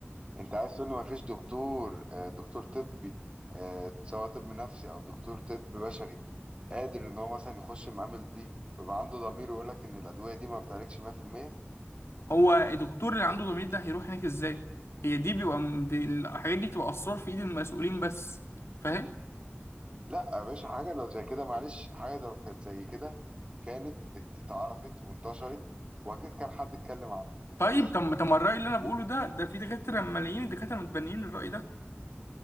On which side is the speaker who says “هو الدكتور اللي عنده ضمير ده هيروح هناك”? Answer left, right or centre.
Left